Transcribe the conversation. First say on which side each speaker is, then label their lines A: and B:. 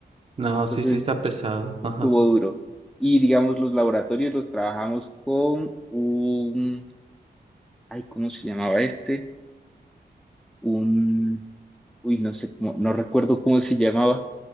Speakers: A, on the right (about 35°); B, in the centre.
A: No, sí,
B: Entonces
A: sí está pesado.
B: estuvo
A: Ajá.
B: duro. Y digamos, los laboratorios los trabajamos con un, ay, ¿cómo se llamaba este? Un, uy, no sé, cómo- no recuerdo cómo se llamaba